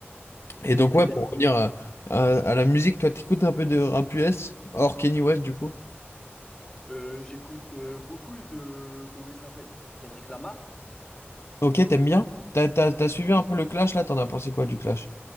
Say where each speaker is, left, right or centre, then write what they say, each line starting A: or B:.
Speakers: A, on the left (about 75°); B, on the left (about 20°).
A: Et donc,
B: Je vais
A: ouais, pour revenir à, à- à la musique, toi, t'écoutes un peu de rap US, hors Kenny West, du coup.
B: Euh, j'écoute euh, beaucoup de... Comment il s'appelle? Kendrick Lamar?
A: Ok, t'aimes bien? T'as, t'as- t'as
B: J'aime
A: suivi
B: beaucoup.
A: un peu le Clash, là? T'en as pensé quoi du Clash?